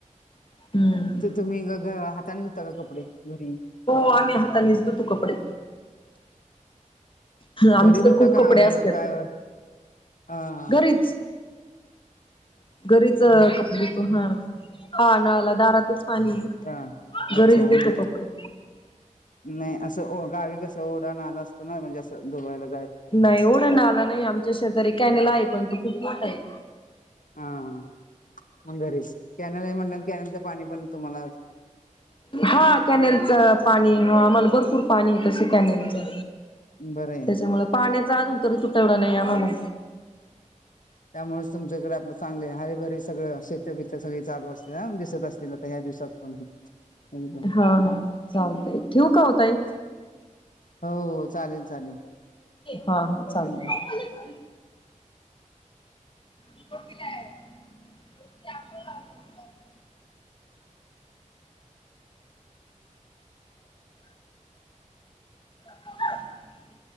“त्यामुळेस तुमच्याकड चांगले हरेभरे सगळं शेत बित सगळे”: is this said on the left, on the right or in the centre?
Left